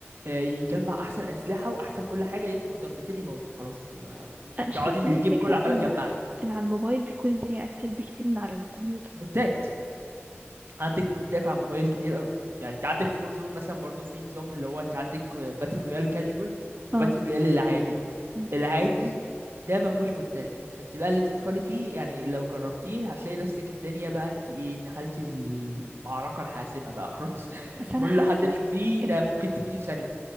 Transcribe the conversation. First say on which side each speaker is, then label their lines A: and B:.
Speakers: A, on the right; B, on the right.
A: آه، يجمع احسن اسلحه واحسن كل حاجه يدخل ضربتين يموتك خلاص انت ما-
B: أنا مش
A: تقعدي
B: قادرة أفهم
A: الجيم
B: إيه الفكرة
A: كله عماله
B: ان
A: تجمعي
B: ان على الموبايل بيكون الدنيا اسهل بكتير من على الكمبيوتر
A: بوتات عندك بوتات على الموبايل كتير قوي يعني انت عندك
B: اه
A: فور زون مثلا برضو في نظام اللي هو انت عندك باتل رويال كاجوال وباتل
B: آه،
A: رويال العادي
B: مم.
A: العادي ده ما فيهوش بوتات فانت بقى اللي انت تدخلي فيه يعني لو جربتيه هتلاقي نفسك الدنيا بقى انت ايه دخلتي المعركة الحاسمة بقى خلاص <laughs>
B: بس انا
A: كل
B: حاسة
A: حد تشوفيه
B: ان
A: ده ممكن تموتي في ثانية